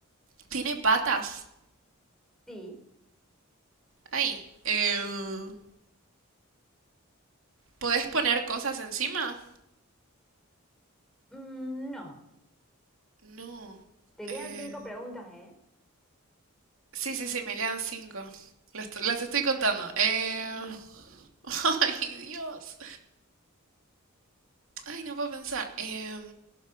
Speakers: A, on the right (about 65°); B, in the centre.
A: ¿tiene patas?
B: Sí.
A: Ahí. Eh, ¿podés poner cosas encima?
B: Mm, no.
A: No.
B: Te
A: Eh,
B: quedan cinco preguntas, ¿eh?
A: sí, sí, sí, me quedan cinco. Las, t- las estoy contando. Eh, <laughs> ay, Dios. Ay, no puedo pensar. Em,